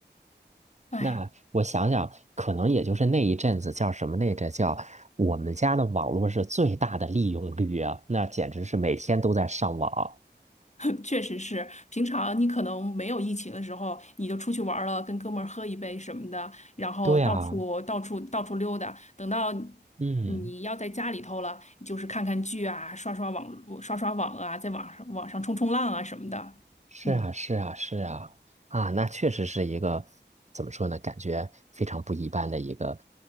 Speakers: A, on the left (about 40°); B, on the right (about 40°).
A: 哎。
B: 那我想想，可能也就是那一阵子叫什么来着？叫我们家的网络是最大的利用率啊，那简直是每天都在上网。
A: <laughs> 确实是，平常你可能没有疫情的时候，你就出去玩儿了，跟哥们儿喝一杯什么的，然后到处到处到处溜达。
B: 对啊，
A: 等到
B: 嗯，
A: 你要在家里头了，你就是看看剧啊，刷刷网络刷刷网啊，在网上网上冲冲浪啊什么的。
B: 是啊，
A: 嗯，
B: 是啊，是啊，啊，那确实是一个怎么说呢？感觉非常不一般的一个